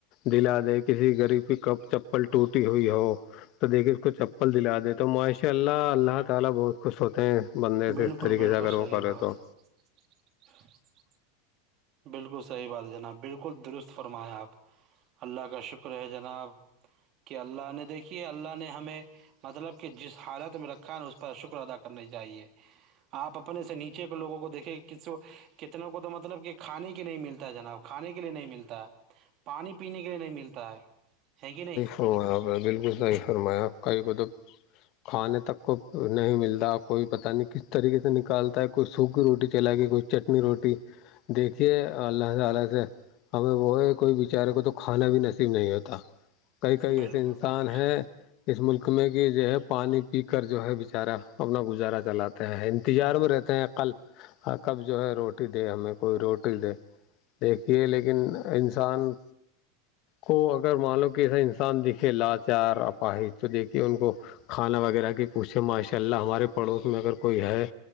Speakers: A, on the left; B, on the right.
A: دلا د کسی ریب پ کب چپل ٹوٹی ہوئی ہو تو دیکے اس کو چپل تو دلا دے تو ماشاء اللہ اللہ تعالی بہت خوش ہوتے ہیں بندے سے
B: بالکل
A: اس طریقے
B: بالکل
A: سے اگر
B: صحیح
A: وہ کرے
B: بات
A: تو
B: <inaudible> <inaudible> بالکل صحیح بات ہے جناب بالکل درست فرمائیاں آپ اللہ کا شکر ہے جناب کہ اللہ نے دیکھی ہے اللہ نے ہمیں مطلب کہ جس حالت میں رکھا ہے نا اس پر شکر ادا کرنی چاہیے آپ اپنے سے نیچے کے لوگوں کو دیکھے ک کتنے کو تو مطلب کہ کھانے کے نہیں ملتا ہے جناب کھانے کے لیے نہیں ملتا پانی پینے کے لیے نہیں ملتا ہے ہے کہ نہیں
A: ہپ بالکل صح فرمایاں کہیں پہ تو آنے تک کو نہیں ملتا کوئی پتا نہیں کس طریقے سے نکالتا ہے کوئی سوکھی روٹی کھلا کے کوئی چٹنی روٹی دیکھیے اللہ تعالی سے ہمیں وہ ہے کوئی بچار کو تو کھانا بھی نصیب نہیں ہوتا کئی کئی
B: بالکل
A: ایسے انسان
B: بالکل
A: ہیں اس ملک میں کہ جو ہے پانی پی کر جو ہے بیچارا اپنا گزارا چلاتے ہیں تجار میں رہتے ہیں کل کب جو ہے روٹی دے ہمیں کوئی روٹی دے دیکھیے لیکن انسان کو اگر معلوم کیسا انسان دکھے لاچار اپاہ تو دیکھیے ان کو کھانا وغیرہ کی پوچھیں ماشاء اللہ ہمارے پڑوس میں اگر کوئی ہے